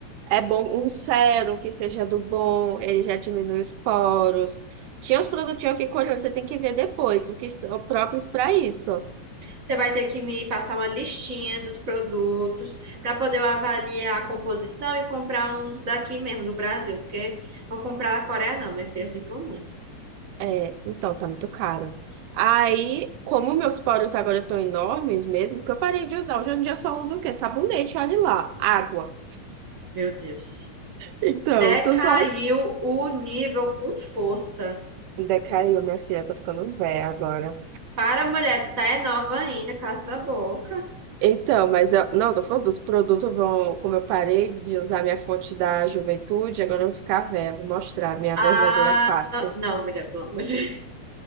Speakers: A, on the right; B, on the right.
A: É bom um sérum que seja do bom, ele já diminui os poros. Tinha uns produtinhos aqui coreanos, você tem que ver depois, o que são próprios para isso.
B: Você vai ter que me passar uma listinha dos produtos para poder eu avaliar a composição e comprar uns daqui mesmo, do Brasil, porque vou comprar da Coreia, não, minha filha, sinto muito.
A: É, então, tá muito caro. Aí, como meus poros agora estão enormes mesmo, porque eu parei de usar. Hoje em dia eu só uso o quê? Sabonete, olha lá. Água.
B: Meu Deus.
A: Então,
B: Decaiu
A: eu tô só.
B: o nível com força.
A: Decaiu, minha filha, eu tô ficando velha agora.
B: Para a mulher, tá é nova ainda, cala essa boca.
A: Então, mas eu. Não, tô falando dos produtos vão. Como eu parei de usar minha fonte da juventude, agora eu vou ficar velha, vou mostrar a minha
B: Ah,
A: verdadeira face.
B: não, mulher, pelo amor de Deus.